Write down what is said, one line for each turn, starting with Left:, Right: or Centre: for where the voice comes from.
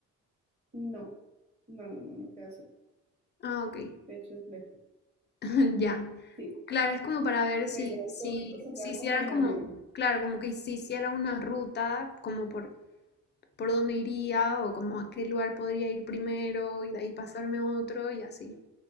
Right: No, no, no, no, no queda cerca.
Left: Ah, ok.
Right: De hecho, es lejos.
Left: <laughs> Ya.
Right: Sí,
Left: Claro, es como para ver si,
Right: sería,
Left: si,
Right: lo único sería
Left: si hiciera
Right: como en
Left: como,
Right: avión.
Left: claro, como que si hiciera una ruta como por por dónde iría o como a qué lugar podría ir primero y de ahí pasarme a otro y así,